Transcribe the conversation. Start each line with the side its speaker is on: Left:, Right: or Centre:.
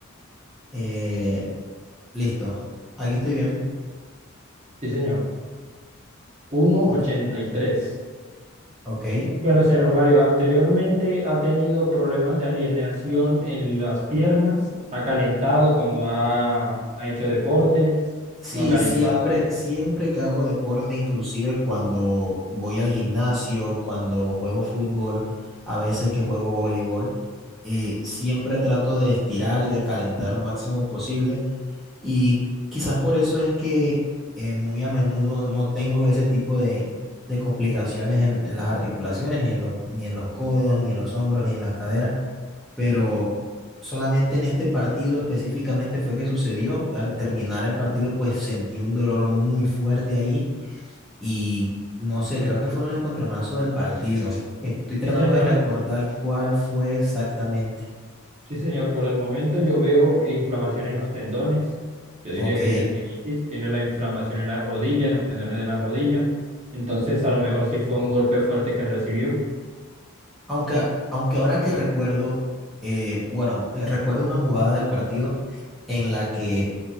Centre: eh, listo. Aquí estoy bien.
Right: Sí, señor. Uno coma
Centre: Ok,
Right: ochenta y tres.
Centre: ok.
Right: Bueno, señor Mario, anteriormente ha tenido problemas de alienación en las piernas. Ha calentado cuando ha, ha hecho deportes.
Centre: Sí,
Right: No ha calentado.
Centre: siempre, siempre que hago deporte, inclusive cuando voy al gimnasio, cuando juego fútbol, a veces que juego voleibol, eh, siempre trato de estirar y de calentar lo máximo posible. Y quizás por eso es que eh, muy a menudo no tengo ese tipo de, de complicaciones en, en las articulaciones, ni en los, ni en los codos, ni en los hombros, ni en las caderas pero solamente en este partido específicamente fue que sucedió. Al terminar el partido, pues sentí un dolor muy fuerte ahí y no sé, creo que fue un encontronazo del partido. Estoy tratando
Right: Sí, señor.
Centre: de recordar cuál fue exactamente.
Right: Sí, señor. Por el momento yo veo eh, inflamación en los tendones. Yo diría
Centre: Ok,
Right: que tendinitis. Tiene la inflamación en la rodilla, en los tendones de la rodilla. Entonces, a lo mejor sí fue un golpe fuerte que recibió.
Centre: aunque, aunque ahora que recuerdo, eh, bueno, eh, recuerdo una jugada del partido en la que